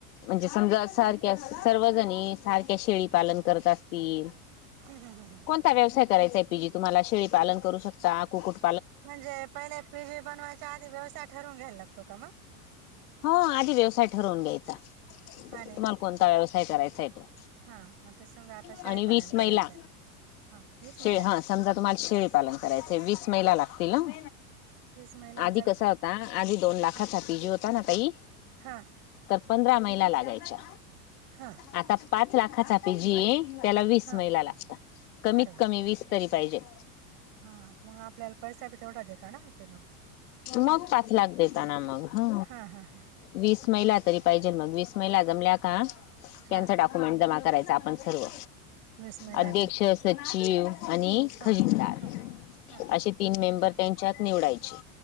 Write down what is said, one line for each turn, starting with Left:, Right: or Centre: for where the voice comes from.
Left: म्हणजे समजा सारख्या
Right: हम्म
Left: सर्वजणी, सारख्या शेळी पालन करत असतील
Right: हम्म हम्म
Left: कोण! ता व्यवसाय करायचा पि जी तुम्हाला, शेळी पालन करू शकता कुकूट
Right: म्हणजे पहिले पी जी बनवायच्या आधी व्यवसाय ठरवून घ्यायला लागतो का म!
Left: हो आधी व्यवसाय ठरवून घ्यायचा,
Right: हा
Left: तुम्हाला
Right: नाही
Left: कोणता व्यवसाय करायचा आहे तो!
Right: हा आता समजा आता शेळीपालन
Left: आणि वीस
Right: करायचंय,
Left: महिला
Right: हा वीस
Left: शेळी
Right: महिला
Left: हा
Right: लागतात.
Left: समजा तुम्हाला शेळीपालन करायचयं वीस महिला लागतील हं!
Right: वीस महिलांचा
Left: आधी कसा होता, आधी दोन लाखाचा
Right: हा
Left: होता ना ताई
Right: हा
Left: तर पंधरा महिला लागायच्या
Right: हा
Left: आता पाच लाखाचा पी जी हे त्याला वीस
Right: हा
Left: महिला लागतात. कमीत
Right: अरे बापरे
Left: कमी वीस तरी पाहिजे.
Right: हा मग आपल्याला पैसा बी तेवढा देताना ते म.
Left: मग पाच लाख देताना मग ह!
Right: हा हा हा!
Left: वीस महिला तरी पाहिजेलं मग वीस महिला जमल्या का
Right: हा
Left: त्याचं डाक्युमेंट जमा करायचं आपण सर्व
Right: वीस महिलांचा
Left: अध्यक्ष सचिव आणि
Right: हा
Left: खजिनदार
Right: हा हा
Left: असे तीन मेंबर त्यांच्यात निवडायचे.